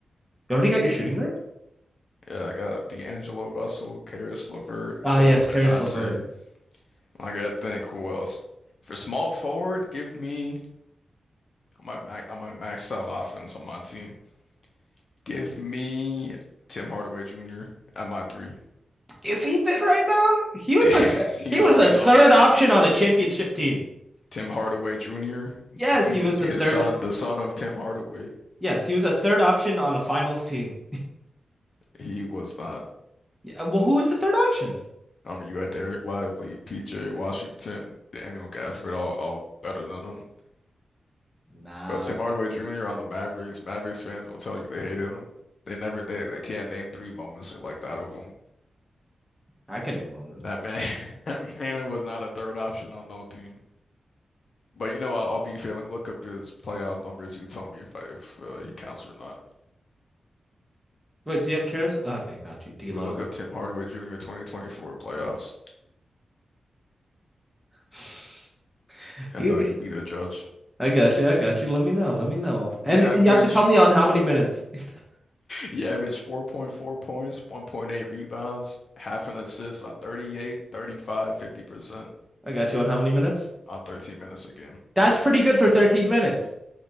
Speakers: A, in the centre; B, on the left.
A: you already got your shooting guard.
B: Yeah, I got D'Angelo Russell, Caris LeVert,
A: Oh
B: Goga
A: yes,
B: Bitadze.
A: Caris LeVert.
B: I gotta think who else. For small forward, give me I might max I might max out offense on my team. Give me Tim Hardaway Jr. at my three.
A: Is he fit right now? He was
B: <laughs>
A: a th-
B: He's
A: he was
B: all
A: a
B: he's
A: third
B: always
A: option
B: been
A: on a championship team.
B: Tim Hardaway Jr.
A: Yes,
B: Jr.
A: he was
B: His
A: a third.
B: son, the son of Tim Hardaway.
A: Yes, he was a third option on a finals team.
B: He was not.
A: Yeah, well, who was the third option?
B: I mean, you had Derek Lively, PJ Washington, Daniel Gafford, all all better than him.
A: Nah,
B: But Tim Hardaway Jr. on the Mavericks, Mavericks fans will tell you they hated him. They never they they can't name three moments like that of him.
A: I can name moments.
B: That man, <laughs> that man was not a third option on no team. But you know, I'll, I'll be fair. Let me look up his playoff numbers. You can tell me if I, if uh, he counts or not.
A: Wait, so you have Karis? Okay, got you, D'Lo.
B: Let me look up Tim Hardaway Jr. 2024 playoffs,
A: <laughs>
B: and
A: He-
B: uh, you be the judge.
A: I got you. I got you. Let me know. Let me know. And
B: He averaged
A: you have to tell me on how many minutes. <laughs>
B: He averaged 4.4 points, 1.8 rebounds, half an assist on thirty eight, thirty five, fifty percent
A: I got you on how many minutes?
B: on 13 minutes a game.
A: That's pretty good for 13 minutes.